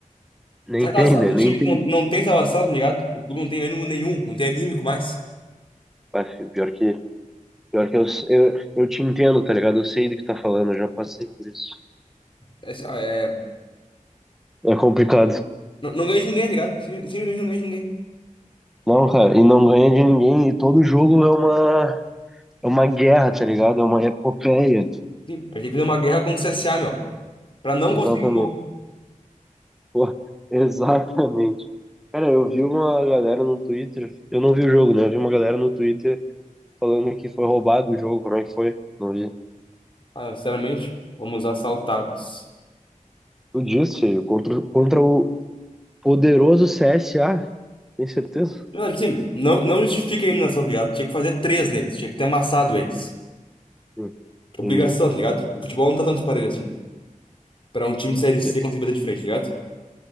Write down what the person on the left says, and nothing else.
Sabe aquelas
fases
do
time
que não, não tem salvação, tá ligado? O clube não tem ânimo nenhum, não tem anímico mais.
É, assim, ó, é...
Não, não ganha de ninguém, tá ligado? Sim- Simplesmente não ganha de ninguém.
Sim, a gente tem que fazer uma guerra contra o CSA, meu, pra não
conseguir um gol.
Ah, sinceramente, fomos assaltados.
Não, Sim, não, não justifica a eliminação, tá ligado? Tinha que fazer três neles, tinha que ter amassado eles.
Obrigação,
tá ligado? O futebol não tá tanto parelho assim. Pra um time de Série C
conseguir bater de frente, tá ligado?